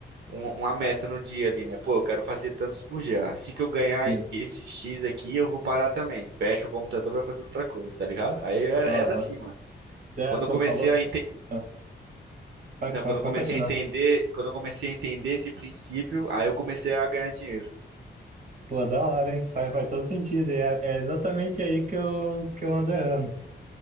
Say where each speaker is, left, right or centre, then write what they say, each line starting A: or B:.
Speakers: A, on the right; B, on the right.
A: um- uma meta no dia ali, né? Pô, eu quero fazer tantos por dia. Assim que eu ganhar
B: Sim.
A: esses X aqui, eu vou parar também. Fecha o computador, vai fazer outra coisa, tá ligado? Aí era,
B: Aham.
A: era assim, mano.
B: É,
A: Quando
B: pô,
A: eu comecei
B: falou.
A: a
B: Ah, Pode,
A: não, quando
B: pode,
A: eu
B: pode
A: comecei
B: continuar.
A: a entender, quando eu comecei a entender esse princípio, aí eu comecei a ganhar dinheiro.
B: Pô, da hora, hein? Faz, faz todo sentido. E é, é exatamente aí que eu, que eu ando errando.